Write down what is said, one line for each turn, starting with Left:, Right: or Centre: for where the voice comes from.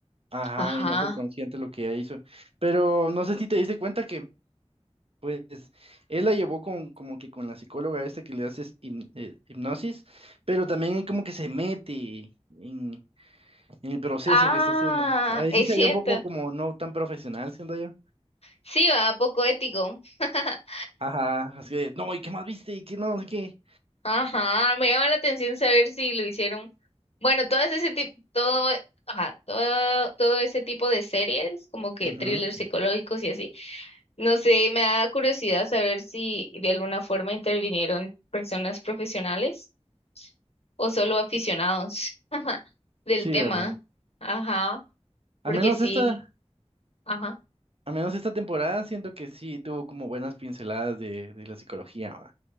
Right: Ajá,
Left: Ajá.
Right: y no fue consciente lo que ella hizo. Pero no sé si te diste cuenta que, pues, él la llevó con, como que con la psicóloga esta que le hace hipnosis, pero también él como que se mete en, En el proceso
Left: Ah,
Right: que está haciendo. Ahí
Left: es
Right: sí se
Left: cierto.
Right: ve un poco como no tan profesional, siento yo.
Left: Sí, va, poco ético. <laughs>
Right: Ajá, así de, no, ¿y qué más viste? ¿Y qué no? No sé qué.
Left: Ajá, me llama la atención saber si lo hicieron. Bueno, todo ese tipo, todo, ajá, todo, todo ese tipo de series, como que
Right: Ujú,
Left: thrillers psicológicos y así No sé, me da curiosidad saber si de alguna forma intervinieron personas profesionales o solo aficionados <laughs> ajá, del
Right: Sí,
Left: tema.
Right: ¿verdad?
Left: Ajá, porque
Right: Al menos
Left: sí,
Right: esta,
Left: ajá.
Right: al menos esta temporada siento que sí tuvo como buenas pinceladas de, de la psicología, ¿va?